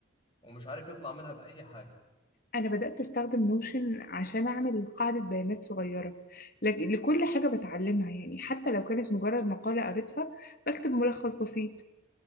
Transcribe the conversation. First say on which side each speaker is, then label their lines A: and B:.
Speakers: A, on the left; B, on the left.
A: ومش عارف يطلع منها بأي حاجة
B: أنا بدأت أستخدم نوشن عشان أعمل قاعدة بيانات صغيرة لك- لكل حاجة بتعلمها يعني حتى لو كانت مجرد مقالة قريتها بكتب ملخص بسيط